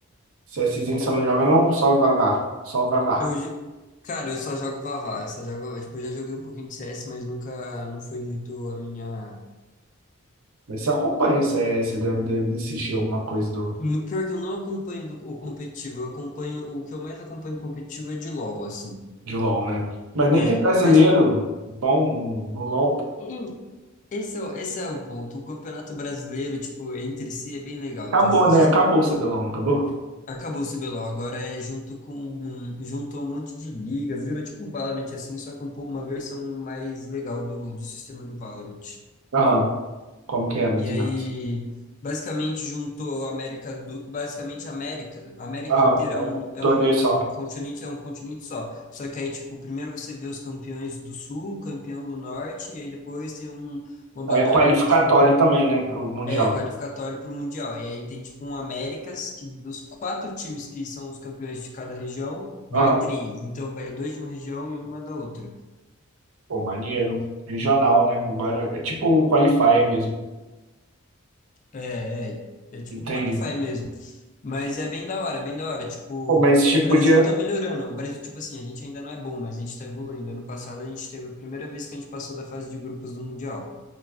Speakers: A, on the right (about 75°); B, on the left (about 35°).
A: CSzinho você não joga, não? Só o Vavá. Só o Vavá.
B: Eu, jo- cara, eu só jogo Vavá, eu só jogo Vavá. Tipo, eu já joguei um pouquinho de CS, mas nunca, não foi muito a minha
A: Mas você acompanha o CS, deve, deve assistir alguma coisa do,
B: No- Pior que eu não acompanho do- o competitivo, eu acompanho, o que eu mais acompanho competitivo é de LoL, assim.
A: de LoL, né? Mas nem tem
B: É,
A: brasileiro
B: mas
A: bom no, no LoL, pô.
B: em- esse é, o- esse é o ponto. O Campeonato Brasileiro, tipo, entre si é bem legal
A: Acabou,
B: de assistir.
A: né? Acabou o CBLOL, não acabou?
B: Acabou o CBLOL, agora é junto com, um- juntou um monte de liga, virou tipo Valorant, assim, só que um pouco, uma versão mais legal do, do sistema do Valorant.
A: Aham. Como que é, mais
B: E aí,
A: ou menos?
B: basicamente, juntou a América do, basicamente a América, a América
A: Aham.
B: inteira
A: É
B: é
A: um
B: um, é
A: torneio
B: um
A: só.
B: continente, é um continente só. Só que aí, tipo, primeiro você vê os campeões do Sul, campeão do Norte, e aí depois tem um, uma batalha
A: Aí É qualificatório
B: entre os campeões,
A: também, né? Pro Mundial.
B: é, qualificatório para o Mundial. E aí tem, tipo, um Américas, que dos quatro times que são os campeões de cada região, vai
A: Aham.
B: três. Então, vai dois de uma região e uma da outra.
A: Pô, maneiro. Regional, né? Agora é tipo qualifier mesmo.
B: É, é, é tipo
A: Entende?
B: um qualify mesmo. Mas é bem da hora, bem da hora. Tipo,
A: Pô, mas tipo,
B: o Brasil
A: podia.
B: tá melhorando. O Brasil, tipo assim, a gente ainda não é bom, mas a gente tá evoluindo. Ano passado a gente teve a primeira vez que a gente passou da fase de grupos do Mundial.